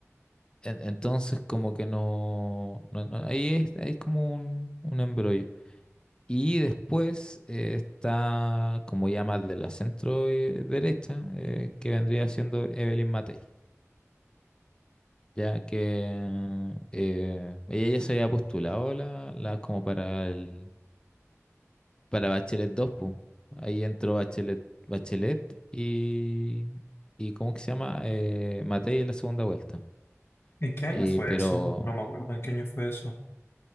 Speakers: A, on the left (about 15°); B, on the left (about 50°).
A: En- Entonces como que no... no- no- ahí es, hay como un, un embrollo. Y después eh, está como ya más de la centro eh, derecha, eh, que vendría siendo Evelyn Matei. Ya que eh, ella ya se había postulado la, la como para el para Bachelet dos pues. Ahí entró Bachelet, Bachelet y, y ¿cómo que se llama? Eh, Matei en la segunda vuelta.
B: ¿En qué año
A: Y,
B: fue
A: pero
B: eso? No me acuerdo en qué año fue eso.